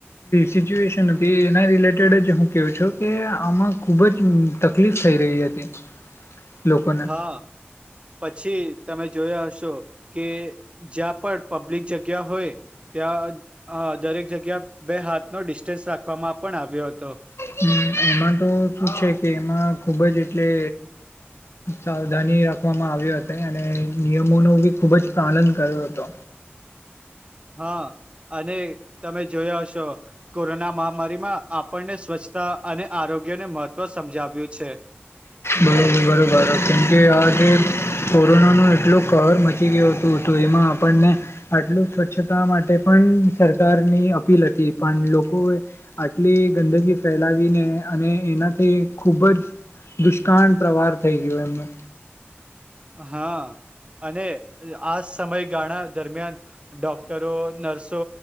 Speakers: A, on the left (about 80°); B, on the right (about 25°).
A: સિચ્યુએશન હતી એના રિલેટેડ જ હું કું છું કે આમાં ખુબ જ તકલીફ થઈ રહી હતી. લોકોને
B: હા, પછી તમે જોયા હશો કે જ્યાં પણ પબ્લિક જગ્યા હોય ત્યાં દરેક જગ્યા બે હાથ નો ડિસ્ટન્સ રાખવામાં પણ આવ્યો હતો.
A: હમ એમાં તો શું છે કે એમાં ખુબ જ એટલે સાવધાની રાખવામાં આવ્યો હતો અને નિયમોનું બી ખુબ જ પાલન કર્યું હતો.
B: હા. અને તમે જોયા હશો કોરોના મહામારીમાં આપણને સ્વચ્છતા અને આરો ગ્યને મહત્ત્વ સમજાવ્યું છે.
A: બ બરોબર કેમકે આજે કોરોના ન એટલું કહર મચી ગયું હતું હતું તો એમાં આપણને આટલું સ્વચ્છતા માટે પણ સરકારની અપીલ હતી પણ લોકો લોકો આટલી ગંદગી ફેલાવીને અને એનાથી ખૂબ જ દુષ્કાળ પ્રવાહર થઈ ગયો એમને.
B: હા. અને આ સમયગાળા દરમિયાન ડોક્ટરો, નર્સો